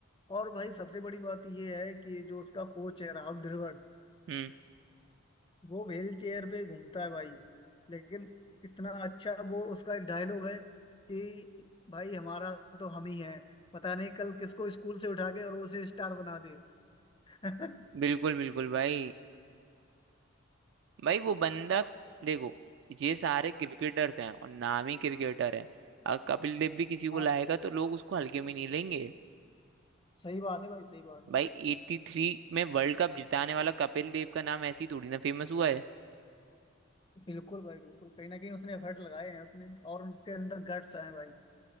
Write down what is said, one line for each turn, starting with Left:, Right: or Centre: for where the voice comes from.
Left: और भाई सबसे बड़ी बात ये है कि जो उसका कोच है राहुल द्रविड़
Right: हम्म
Left: वो व्हील चेयर पे घूमता है भाई लेकिन इतना अच्छा वो उसका एक डायलॉग है कि भाई हमारा तो हम ही है पता नहीं कल किसको स्कूल से उठा के और वो उसे स्टार बना दे <laughs>
Right: बिल्कुल बिल्कुल भाई भाई वो बंदा देखो ये सारे क्रिकेटर्स हैं और नामी क्रिकेटर हैं अगर कपिल देव भी किसी को
Left: हाँ
Right: लाएगा तो लोग उसको हल्के में नहीं लेंगे
Left: सही बात है भाई सही बात है
Right: भाई 83 में वर्ल्ड कप जिताने वाला कपिल देव का नाम ऐसी थोड़ी ना फेमस हुआ है
Left: बिल्कुल भाई बिल्कुल कहीं ना कहीं उसने एफर्ट लगाए हैं अपने और उसके अंदर गट्स आए हैं भाई